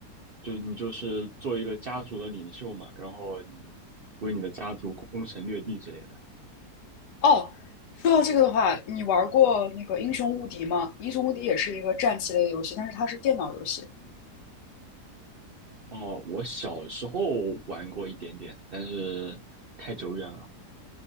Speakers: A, on the right; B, on the left.
A: 就你就是做一个家族的领袖嘛，然后你为你的家族攻城略地之类的。
B: <laughs> 哦，说到这个的话，你玩过那个《英雄无敌》吗？《英雄无敌》也是一个战棋类的游戏，但是它是电脑游戏。
A: 哦，我小时候玩过一点点，但是太久远了。